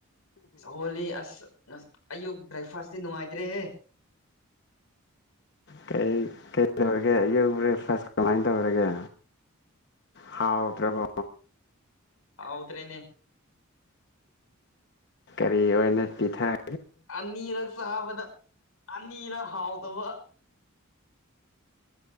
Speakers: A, on the left; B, on the left.
A: ꯍꯣꯂꯤ ꯑꯁ ꯅ ꯑꯌꯨꯛ ꯕ꯭ꯔꯦꯛꯐꯥꯁꯁꯤ ꯅꯨꯡꯉꯥꯏꯖ꯭ꯔꯦꯍꯦ
B: ꯀꯩ ꯇꯧꯔꯒꯦ ꯑꯌꯨꯛ ꯕ꯭ꯔꯦꯛꯐꯥꯁ ꯀꯃꯥꯏꯅ ꯇꯧꯔꯒꯦ ꯍꯥꯎꯗ꯭ꯔꯦꯕ
A: ꯎꯗ꯭ꯔꯦꯅꯦ
B: ꯀꯔꯤ ꯑꯣꯏꯅ ꯄꯤꯊꯛ
A: ꯑꯅꯤꯔꯛꯁ ꯍꯥꯕꯗ ꯑꯅꯤꯔ ꯍꯥꯎꯗꯕ